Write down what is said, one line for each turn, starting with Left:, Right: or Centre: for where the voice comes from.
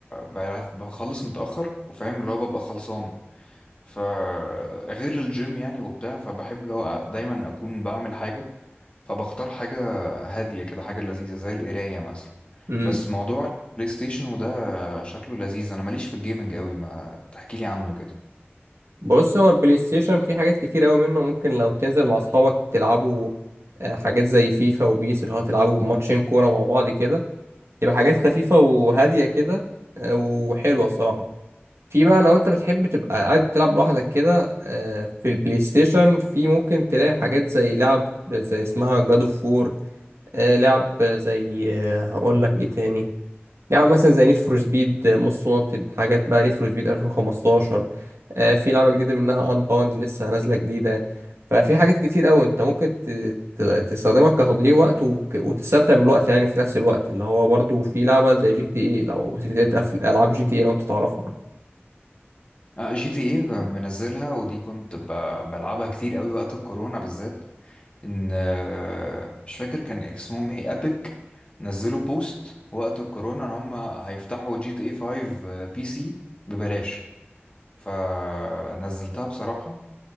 Left: بقى- بخلص متاخر وفاهم اللي هو ببقى خلصان فغير الجيم يعني وبتاع فبحب اللي هو دايما اكون بعمل حاجه فبختار حاجه هاديه كده حاجه لذيذه زي القرايه مثلا
Right: امم
Left: بس موضوع البلاي ستيشن وده شكله لذيذ انا ماليش في الجيمنج قوي ما تحكي لي عنه كده
Right: بص هو البلاي ستيشن فيه حاجات كتير قوي منه ممكن لو تنزل مع اصحابك تلعبوا آه، حاجات زي فيفا وبيس اللي هو تلعبوا ماتشين كوره مع بعض كده تبقى حاجات خفيفه وهاديه كده آه، وحلوه الصراحه في بقى لو انت بتحب تبقى قاعد تلعب لوحدك كده آه، في البلاي ستيشن في ممكن تلاقي حاجات زي لعب زي اسمها جاد اوف وور لعب زي آه، هقول لك ايه تاني لعبة مثلا زي نيد فور سبيد موست وانتد حاجات بقى نيد فور سبيد 2015 آه، في لعبة جديدة منها انباوند لسه نازلة جديدة ففي حاجات كتير قوي انت ممكن ت- ت- تستخدمها كتضييع وقت وك- وتستمتع بالوقت يعني في نفس الوقت اللي هو برضو في لعبة زي جي تي اي لو تتابع في العاب جي تي اي لو انت تعرفها
Left: اه جي تي ايه منزلها ودي كنت ب- بلعبها كتير قوي وقت الكورونا بالذات ان آه، مش فاكر كان اسمهم ايه ابيك نزلوا بوست وقت الكورونا ان هم هيفتحوا جي تي اي 5 بي سي ببلاش فنزلتها بصراحة